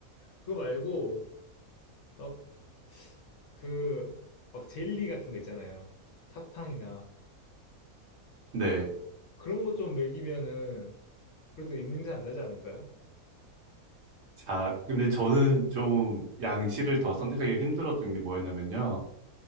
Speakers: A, on the left; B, on the right.
A: 그거 말고 막 그 막 젤리 같은 거 있잖아요. 사탕이나
B: 네.
A: 그런 것 좀 먹이면은 그래도 입냄새 안 나지 않을까요?
B: 자, 근데 저는 좀 양치를 더 선택하기가 힘들었던 게 뭐였냐면요.